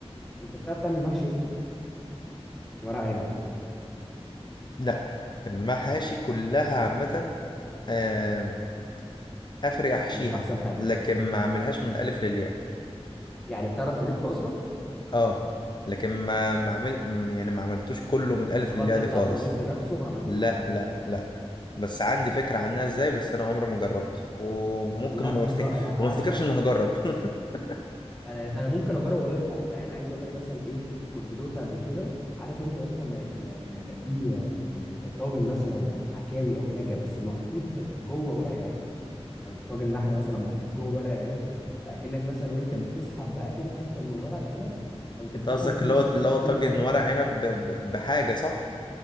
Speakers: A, in the centre; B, on the left.
A: انت بتعرف تعمل محشي يا اسطى ورق عنب
B: لا المحاشي كلها عامة آه، اخري احشيها
A: مش احسن حاجه
B: لكن ما اعملهاش من الالف للياء
A: يعني بتعرف تلف اصلا
B: اه لكن ما ما عمل م- يعني ما عملتوش كله من الالف
A: الخلطه
B: للياء دي
A: بتاعت
B: خالص
A: الرز نفسه ما عملتوش
B: لا
A: اه
B: لا لا بس عندي فكرة عنها ازاي بس انا عمري ما جربت وممكن
A: اصل انت عارف
B: ما
A: يا
B: افتكر
A: اسطى انا بعشق
B: وما افتكرش اني هجرب <laughs>
A: انا انا ممكن اجرب والله اللي اتعلمتها يعني عايز اقول لك مثلا ايه كنت دوت قبل كده عارف انت يا اسطى لما لما- لما يبقى فيه آه، طاجن مثلا عكاوي او حاجه بس محطوط جوه ورق العنب او طاجن لحمه مثلا محطوط جوه ورق العنب فاكنك مثلا وانت
B: انت
A: بتسحب بقى كده حته من الورق العنب او تفتحه
B: أنت قصدك
A: من النص
B: اللي هو
A: تلاقي
B: اللي هو
A: كل
B: طاجن
A: اللحمه
B: ورق
A: ظهرت
B: عنب ب... ب... بحاجة صح